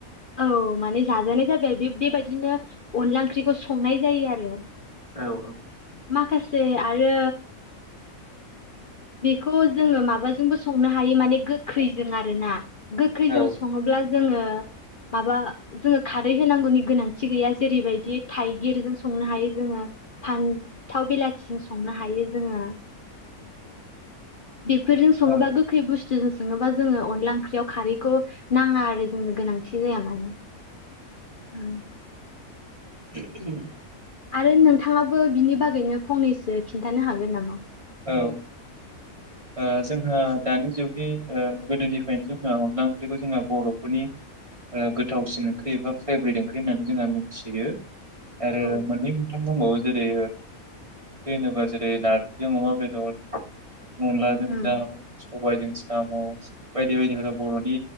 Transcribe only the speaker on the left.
औ माने जाजानाय जाबाय आरो बेबायदिनो अनला ओंख्रिखौ संनाय जायो आरो
माखासे आरो बेखौ जोङो माबाजोंबो संनो हायो माने गोखैजों आरोना गोखैजों
सङोब्ला जोङो ब माबा जोङो खारै होनांगौनि गोनांथि गैया जेरैबायदि थाइगिरजों संनो हायो जोङो फान्थाव बिलाथिजों संनो हायो जोङो बेफोरजों सङोबा
गोखै बुस्थुजों स सोङोबा जोङो अनला ओंख्रियाव खारैखौ नाङा आरो जोंनो गोनांथि थजाया मानिे उ
आरो नोंथाङाबो बिनि बागैनो फंनैसो खिन्थानो हागोन नामा?
उम
उम